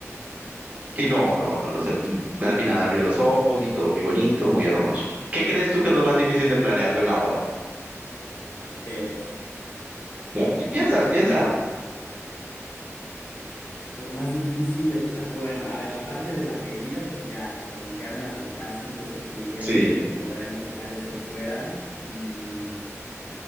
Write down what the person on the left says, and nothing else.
¿Qué es?
Lo más difícil de plan... Bueno, a ver, la parte de la pedida, pues ya, o sea, como que ya me la contaste, entonces asumiría
que podríamos dejar eso fuera. Mm,